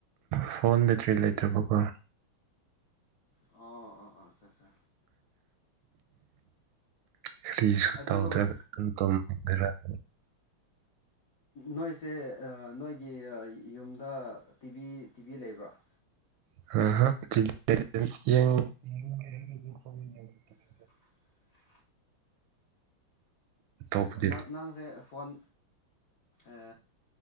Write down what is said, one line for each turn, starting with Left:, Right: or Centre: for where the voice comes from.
Right: ꯐꯣꯟꯗ ꯊ꯭ꯔꯤ ꯂꯩꯇ꯭ꯔꯕꯀꯣ
Left: ꯑꯣ ꯑꯣ ꯑꯣ ꯑꯆꯥ ꯑꯠꯆꯥ
Right: ꯀꯔꯤꯁꯨ
Left: ꯑꯗꯨ
Right: ꯇꯧꯗ꯭ꯔꯒ ꯑꯗꯨꯝ ꯇꯨꯝꯃꯦ <unintelligible>
Left: ꯅꯣꯏꯁꯦ ꯑ‌ ꯅꯣꯏꯒꯤ ꯌꯨꯝꯗ ꯇꯤꯚꯤ ꯇꯤꯚꯤ ꯂꯩꯕ꯭ꯔꫭ
Right: <unintelligible>
Left: <inaudible>
Right: ꯑꯇꯣꯞꯄꯗꯤ
Left: ꯅꯪ ꯅꯪꯁꯦ ꯐꯣꯟ ꯑ